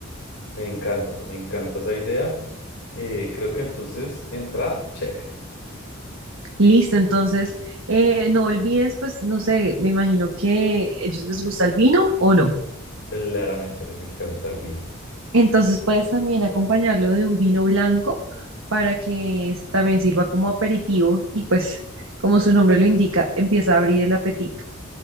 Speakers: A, on the left (about 80°); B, on the right (about 75°).
A: Me encanta, me encanta esa idea. Eh, creo que entonces entra, check.
B: Listo, entonces eh, no olvides pues, no sé, me imagino que ellos les gusta el vino o no.
A: Claramente les encanta el vino.
B: Entonces puedes también acompañarlo de un vino blanco para que s- también sirva como aperitivo y pues como su nombre lo indica, empieza a abrir el apetito.